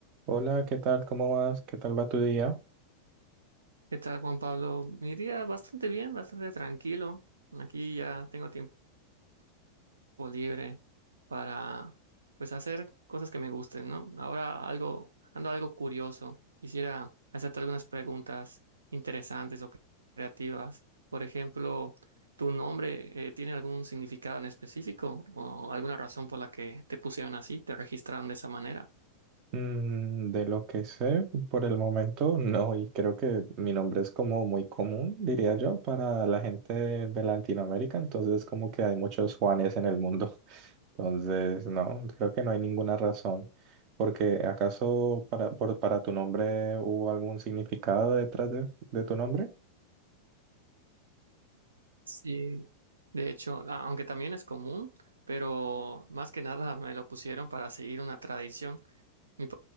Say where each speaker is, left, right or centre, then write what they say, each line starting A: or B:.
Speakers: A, on the right; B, on the right.
A: Hola, ¿qué tal? ¿Cómo vas? ¿Qué tal va tu día?
B: ¿Qué tal, Juan Pablo? Mi día bastante bien, bastante tranquilo. Aquí ya tengo tiempo libre para, pues, hacer cosas que me gusten, ¿no? Ahora algo, ando algo curioso. Quisiera hacerte algunas preguntas interesantes o cre- creativas. Por ejemplo, ¿Tu nombre eh, tiene algún significado en específico o alguna razón por la que te pusieron así, te registraron de esa manera?
A: Mm, de lo que sé, por el momento no, y creo que mi nombre es como muy común, diría yo, para la gente de Latinoamérica, entonces como que hay muchos Juanes en el mundo. <laughs> Entonces, no, creo que no hay ninguna razón, porque ¿acaso para, por- para tu nombre hubo algún significado detrás de, de tu nombre?
B: Sí. De hecho, a- aunque también es común, pero más que nada me lo pusieron para seguir una tradición. Mi